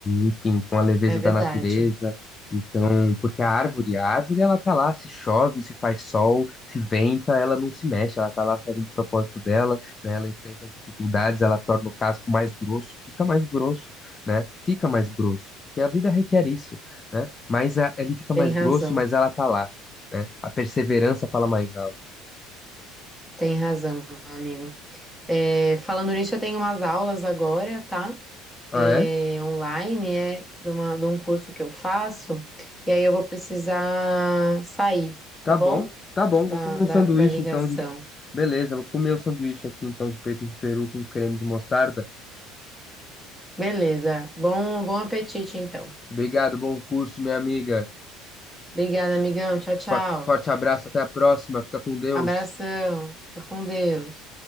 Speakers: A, on the left; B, in the centre.
A: enfim, com a leveza
B: É verdade.
A: da natureza então, porque a árvore, a árvore, ela tá lá, se chove, se faz sol, se venta, ela não se mexe, ela tá lá fazendo o propósito dela, né? Ela enfrenta as dificuldades, ela torna o casco mais grosso, fica mais grosso, né? Fica mais grosso, porque a vida requer isso, né? Mas a- ele fica
B: Tem
A: mais
B: razão.
A: grosso, mas ela tá lá, né? A perseverança fala mais alto.
B: Tem razão, meu amigo. É, falando nisso, eu tenho umas aulas agora, tá?
A: Ah,
B: É,
A: é?
B: online, é de, uma- de um curso que eu faço, e aí eu vou precisar sair, tá
A: Tá
B: bom?
A: bom, tá bom,
B: Da,
A: vou comer
B: da,
A: um sanduíche
B: da ligação.
A: então de... Beleza, vou comer um sanduíche aqui então de peito de peru com creme de mostarda.
B: Beleza. Bom, bom apetite, então.
A: Obrigado, bom curso, minha amiga.
B: Obrigada, amigão. Tchau, tchau.
A: Fa- Forte abraço, até a próxima. Fica com Deus.
B: Abração. Fica com Deus.